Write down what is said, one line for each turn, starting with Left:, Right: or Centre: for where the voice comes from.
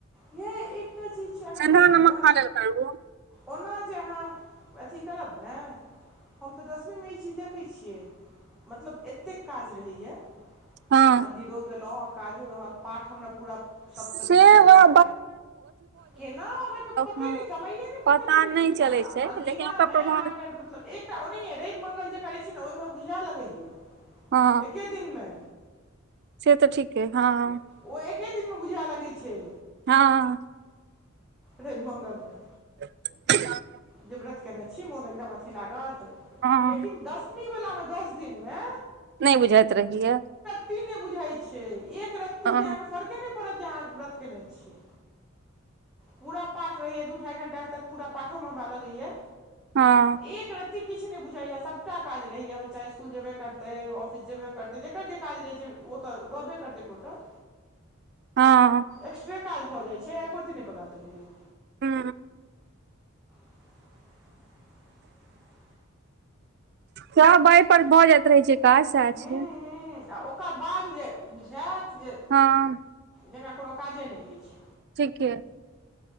Centre: यय एकटा चीज छै अहाँके
Right: सेन्धा नमक खा लेल करू
Centre: ओना जे अहाँ अथी करब ने हम त दसमीमे ई चीज देखइ छियै मतलब एतेक काज रहैए
Right: हँ
Centre: मन्दिरो गेलौ आ काजो रहल पाठ हमरा पूरा सप्तशती
Right: सेवा
Centre: पूरा पाठ केना अहाँके पते
Right: हँ
Centre: न समय न पता चलै
Right: नहि
Centre: छै केना
Right: छै
Centre: अन्दिना
Right: लेकिन ओकर
Centre: मे
Right: प्रभाव
Centre: अहाँ अगर मतलब एक ओनहिय रवि मंगल जे करै छी ने ओहिमे बुझा लगैया
Right: हँ
Centre: एके दिन मे
Right: से त ठीक है हँ
Centre: ओ एके दिनमे बुझए लगैत छै
Right: हँ
Centre: रइव मंगल मे
Right: <unintelligible>
Centre: जे व्रत केने छी मोन एकदम अथी लागत
Right: हँ
Centre: लेकिन दस इ वला मे दस दिन मे
Right: नइ बुझाइत रहिय
Centre: एकरत्ती न बुझाइ छै एक रत्ती
Right: हँ
Centre: न अहाँ के फरके नहि हाँ व्रत केने छी पूरा पाठ रहैय दू ढाई घंटा तक पूरा पाठ हम हवा लगए
Right: हँ
Centre: एक रत्त किछु नहि बुझाय सबटा काज रहैया बच्चा स्कुल जेबे करते ऑफिस जेबे करते त जेकर जे काज रहै छै ओ त रहबे करते टोटल
Right: हँ
Centre: एक्स्ट्रे काज भ जाइत छै एकरत्ती नहि पता चलैया
Right: हू
Centre: <inaudible>
Right: सब एहिइ पर भ जाइत रहै छै काज सएह
Centre: हुँ
Right: छै
Centre: हुँ आ ओकर बाद जे बुझाएत जे
Right: हँ
Centre: जेना कोनो काजे नहि अछि
Right: ठीके